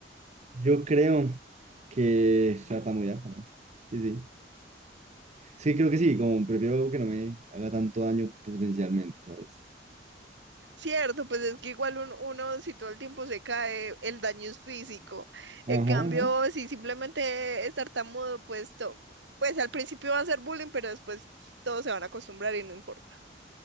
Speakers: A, on the right; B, on the right.
A: Yo creo que tartamudear también. Sí, sí. Es creo que sí, como prefiero que no me haga tanto daño potencialmente, ¿sabes?
B: Cierto, pues es que igual un- uno si todo el tiempo se cae, el daño es físico. En
A: Ajá,
B: cambio,
A: ajá.
B: si simplemente es tartamudo, pues, to- pues al principio va a ser bullying, pero después todos se van a acostumbrar y no importa.